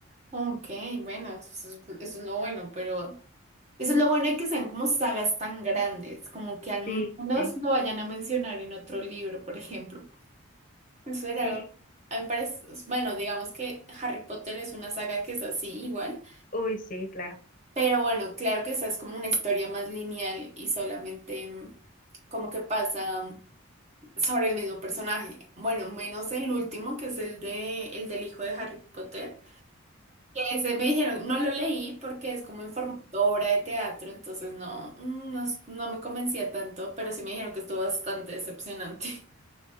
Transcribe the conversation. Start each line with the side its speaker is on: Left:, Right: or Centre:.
Right: Ok, bueno, eso es, eso es lo bueno, pero eso es lo bueno de que sean como sagas tan grandes, como que al
Left: Sí,
Right: menos
Left: sí,
Right: lo vayan a mencionar en otro libro, por ejemplo. Eso era
Left: sí,
Right: algo, a mí me parece, bueno, digamos que Harry Potter es una saga que es así igual,
Left: uy, sí, claro.
Right: pero bueno, claro que esa es como una historia más lineal y solamente mm, como que pasa mm, sobre el mismo personaje. Bueno, menos el último, que es el de, el del hijo de Harry Potter. Ese me dijeron, no lo leí porque es como en formato obra de teatro, entonces no, mm, no, s- no me convencía tanto, pero sí me dijeron que estuvo bastante decepcionante. <laughs>